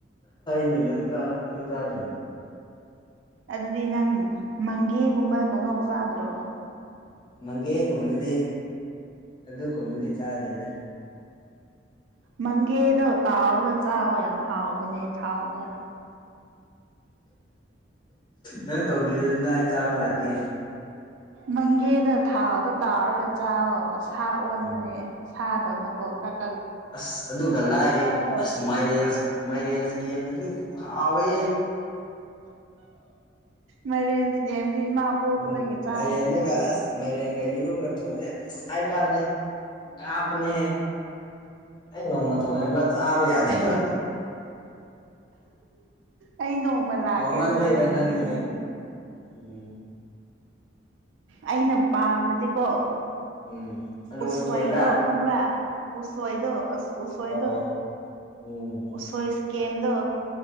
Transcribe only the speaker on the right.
ꯑꯗꯨꯗꯤ ꯅꯪ ꯃꯪꯒꯦꯒꯨꯝꯕ ꯀꯥꯡꯪꯉꯧ ꯆꯥꯗ꯭ꯔꯣ
ꯃꯪꯒꯦꯗꯣ ꯇꯥꯎꯔꯒ ꯆꯥꯛꯋ ꯌꯥꯝ ꯍꯥꯎꯋ ꯅꯦ ꯊꯥꯎꯗ
ꯃꯪꯒꯦꯗ ꯊꯥꯎꯗ ꯇꯥꯎꯔꯒ ꯆ ꯁꯥ ꯑꯣꯟꯕꯅꯦ
ꯁꯥ ꯀꯣ
ꯇꯧꯔꯒ
ꯃꯔꯦꯟꯁ ꯀꯦꯝꯗꯤ ꯏꯃꯥ ꯄꯣꯛꯄꯗꯒꯤ
ꯆꯥꯅꯤꯅ
ꯑꯩ ꯅꯣꯡꯃ ꯂꯥꯛꯀꯦ
ꯑꯗꯨꯗ ꯊꯣꯡꯕꯤꯔꯝꯃꯣ
ꯑꯩꯅ ꯄꯥꯝꯕꯗꯤꯀꯣ
ꯎꯁꯋꯥꯩꯗꯣ
ꯈꯪꯕ꯭ꯔꯥ ꯎꯁꯣꯏꯗꯣ ꯑꯁ ꯎꯁꯣꯏꯗ
ꯎꯁꯣꯏ ꯁꯤꯀꯦꯝꯗꯣ